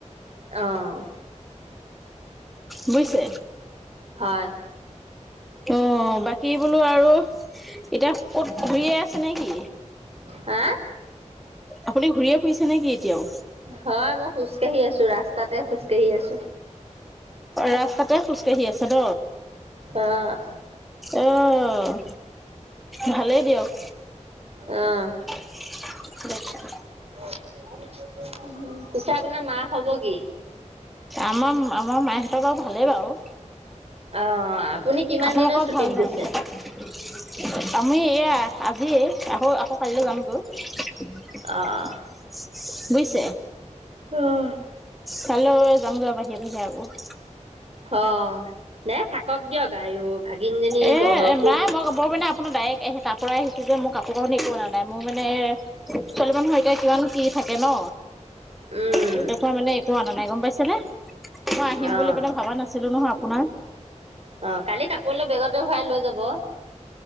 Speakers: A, on the right; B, in the centre.
A: অ'।
B: বুইছে?
A: হয়।
B: অ', বাকী বোলো আৰু এতিয়া ক'ত ঘূৰিয়ে আছে নে কি?
A: হা?
B: আপুনি ঘূৰি য়ে ফুৰিছে নে কি এতিয়াও?
A: হয়, মই খোজকাঢ়ি আছো ৰাস্তাতে খোজকাঢ়ি আছো।
B: ৰাস্তাতে খোজকাাঢ়ি আছে ত'।
A: অ',
B: অ', ভালেই দিয়ক।
A: অ'।
B: <unintelligible>
A: পিছে আপোনাৰ মা খবৰ কি?
B: আমাম আমাৰ মাইহঁতৰ বাৰু ভালেই বাৰু।
A: অ', আপুনি কিমান
B: আপোনালোকৰ
A: দিনৰ ছুটিত
B: ভাল নাই?
A: গৈছে?
B: আমি এয়া, আজিয়ে, আকৌ আকৌ কাইলৈ যামগৈ।
A: অ',
B: বুইছে?
A: অ'।
B: কাইলৈ যামগৈ বাহিৰে বাহিৰে আকৌ।
A: অ'। দে, থাকক দিয়ক আয় ভাগিনজনী
B: এ
A: মই ৰখো।
B: নাই মই মই মানে আপোনাৰ ডাইৰেক্ট এহে তাৰ পৰাই আহিছো যে মোৰ কাপোৰ কানি একো অনা নাই মোৰ মানে ছোৱালী মানুহৰ এতিয়া কিমান কি থাকে ন!
A: উম,
B: তেনেকুৱা মানে একো অনা নাই গ'ম পাইছে নে। মই আহিম
A: অ',
B: বুলি পিনে ভাবা নাছিলো নহয় আপোনাৰ।
A: অ', কালি কাপোৰ অলপ বেগতে ভৰাই লৈ যাব।